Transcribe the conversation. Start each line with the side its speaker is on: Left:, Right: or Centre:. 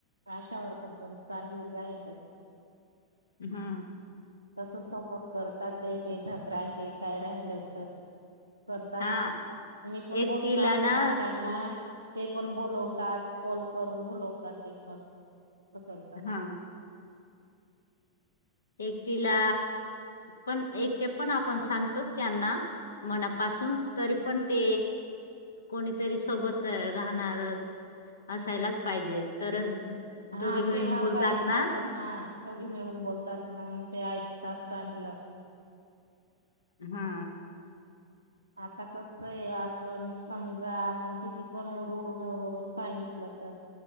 Right: आशा वर्कर पण चांगले आहे तसं.
Left: हा.
Right: तस सपोर्ट करतात ते बैठक राहिले काय राहिलं तर. करतात
Left: हा
Right: मी पण
Left: एकटीला
Right: बोलणार त्या
Left: ना
Right: महिलांना. ते पण बोलवतात, कॉल करून बोलवतात ते पण असं करतात.
Left: हा एकटीला पण एकटे पण आपण सांगतो त्यांना. मनापासून तरी पण ते कोणीतरी सोबत राहणार असायलाच पाहिजे, तरच
Right: हा
Left: दोघे मिळून
Right: तेव्हाच
Left: बोलतात
Right: ऐकतात
Left: ना.
Right: हा दोघी मिळून बोलतात, मग ते ऐकतात चांगलं.
Left: हा.
Right: आता कसं आहे आपण समजा आपण किती पण ओरडून ओरडून सांगितलं तर